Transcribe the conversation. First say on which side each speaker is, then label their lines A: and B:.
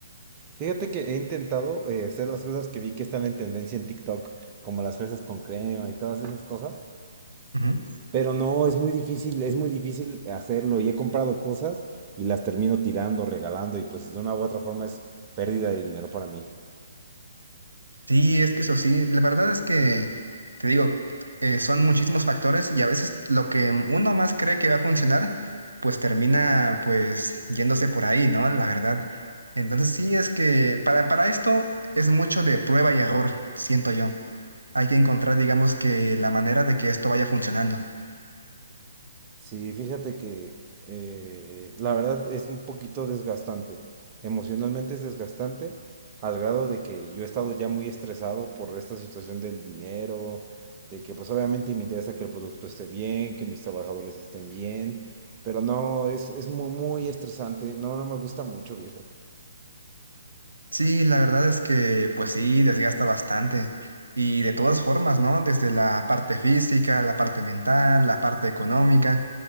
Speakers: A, on the right; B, on the right.
A: Fíjate que he intentado eh, hacer las cosas que vi que están en tendencia en TikTok, como las fresas con crema y todas esas cosas,
B: Ujú.
A: pero no, es muy difícil, es muy difícil hacerlo y he comprado cosas y las termino tirando, regalando y pues de una u otra forma es pérdida de dinero para mí.
B: Sí, es que eso sí, la verdad es que te digo, eh, son muchísimos factores y a veces lo que uno más cree que va a funcionar, pues termina pues yéndose por ahí, ¿no? La verdad. Entonces sí, es que para, para esto es mucho de prueba y error, siento yo. Hay que encontrar, digamos que la manera de que esto vaya funcionando.
A: Sí, fíjate que eh, la verdad es un poquito desgastante. Emocionalmente es desgastante al grado de que yo he estado ya muy estresado por esta situación del dinero, de que pues obviamente me interesa que el producto esté bien, que mis trabajadores estén bien, pero no, es, es muy, muy estresante. No, no me gusta mucho, viejo.
B: Sí, la verdad es que pues sí, desgasta bastante. Y de todas formas, ¿no? Desde la parte física, la parte mental, la parte económica.